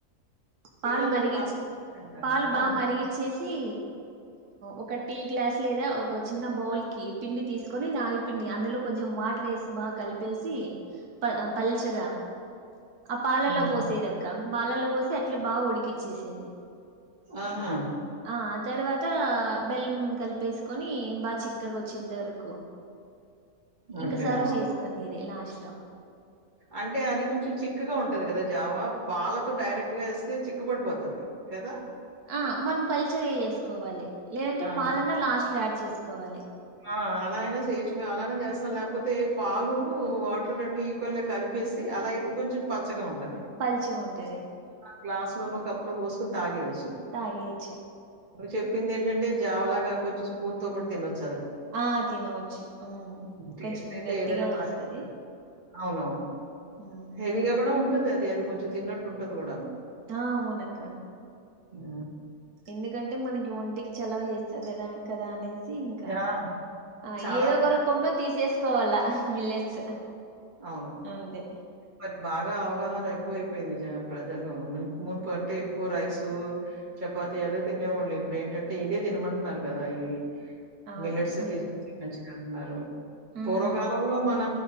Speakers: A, on the right; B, on the right.
A: పిల్లలది
B: పాలు మరిగించి
A: బాగా తింటారు.
B: పాలు బాగా
A: ఆ!
B: మరిగించేసే సి ఒక టీ గ్లాస్ లేదా ఒక చిన్న బౌల్ కి పిండి తీసుకొని నాగి పండి అందులో కొంచెం వాటర్ వేసి బాగా కలిపేసి ప పలిచగా ఆ పాలలో
A: హ్మ్.
B: పోసేదక్క పాలల్లో పోసి అట్లు బాగా ఉడికిచ్చేసేది
A: ఆహా
B: ఆ తర్వాత బెల్లం కలిపేసుకొని బాగా చిక్కగా వచ్చేంత వరకు ఇంకా
A: ఓకే.
B: సర్వ్
A: ఆ!
B: చేసుకునేది లాస్ట్ య
A: అంటే అది కొంచెం చిక్కగా ఉంటది కదా జావా పాలతో డైరెక్ట్గా వేస్తే చిక్క పడిపోతది కదా
B: ఆ మనం పలచగా వేసుకోవాలి లేదంటే
A: ఆ!
B: పాలన్నా లాస్ట్ ట్యాప్ చేసుకోవాలి
A: అ అలా ఐనా చేయచ్చు మేము అలానే చేస్తాం లేకపోతే పాలును వాటర్ రెండు ఈక్వల్గా కలిపేసి అలా అయితే కొంచెం పలచగా ఉంటది
B: పల్చుకుంటది
A: గ్లాస్ లోనో కప్ లో పోసుకుని తాేయవచ్చు
B: తాగేచ్చు
A: చెప్పింది ఏంటంటే జావలాగా కొంచెం స్పూన్ తో కూడా తినొచ్చు
B: ఆ తినవచ్చు ఉమ్.
A: టేస్ట్
B: కొంచెం
A: అయితే
B: గట్టిగా
A: ఏదైనా బానే
B: వస్తది
A: ఉంటుంది అవును అవును
B: ఉమ్.
A: హెవీ గా కూడా ఉ ఉంటది అది అది కొంచె తన్నట్టుంటది కూడాను
B: ఆ అవును అక్క
A: ఆ
B: ఎందుకంటే మనకి ఒంటికి చెలవు చేస్తంది కదా కదా అనే సి ఇంకా
A: ఆ!
B: ఆ
A: చాలా
B: ఏదో
A: రకాలుగా
B: ఒక రూపంలో తీసేసుకోవాలా మిల్లెట్
A: అవును.
B: అంతే
A: మరి బాగా అవగాహన ఎక్కువ అైపోయింది ప్రజల్లోన ము మునుపు అంటే ఎక్కువ రైసు చపాతి అదే తినేవాళ్ళు ఇప్పుడు ఏంటంటే ఇదే తినమంటున్నారు కదా ఇవి
B: అవును
A: మిల్లెట్స్ <unintelligible>
B: మిల్
A: అంటున్నారు
B: ఉమ్
A: పూర్వకాలంలో మన